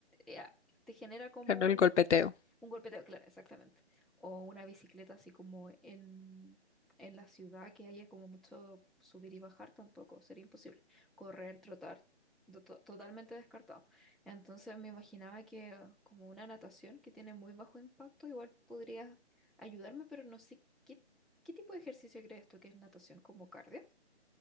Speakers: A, in the centre; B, on the left (about 85°).
A: eh, te genera como
B: claro,
A: un
B: el golpeteo.
A: un golpeteo, claro, exactamente. O una bicicleta así como en, en la ciudad que haya como mucho subir y bajar tampoco, sería imposible. Correr, trotar, do- to- totalmente descartado. Entonces me imaginaba que como una natación que tiene muy bajo impacto, igual podría ayudarme, pero no sé qué, qué tipo de ejercicio crees tú que es natación como cardio.